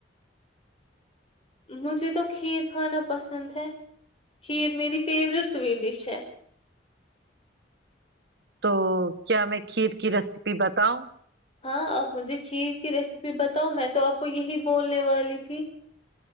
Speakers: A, on the left; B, on the right.
A: مجھے تو کھیر کھانا پسند ہے کھیر میری فیورٹ سویٹ ڈش ہے
B: تو کیا میں کھیر کی ریسیپی بتاؤں
A: ہاں آپ مجھے کھیر کی ریسیپی بتاؤ میں تو آپ کو یہی بولنے والی تھی